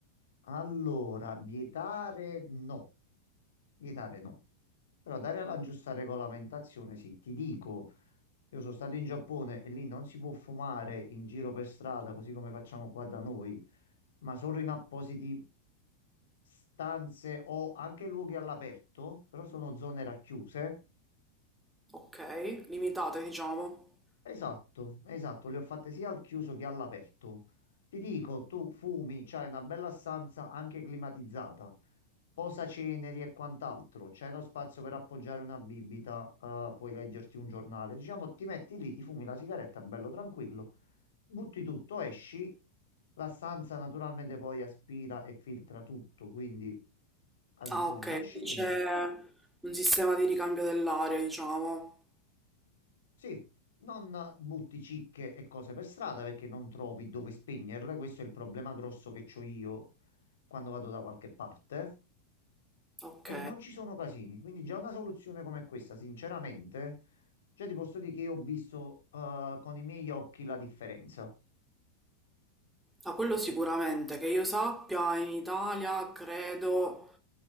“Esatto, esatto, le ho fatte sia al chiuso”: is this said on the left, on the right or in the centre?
Left